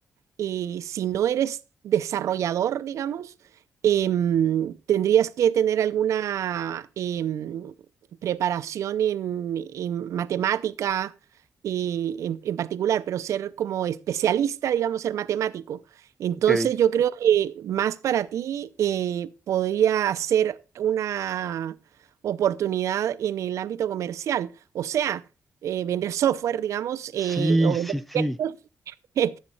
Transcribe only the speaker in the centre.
Ok.
Sí,
sí,
sí.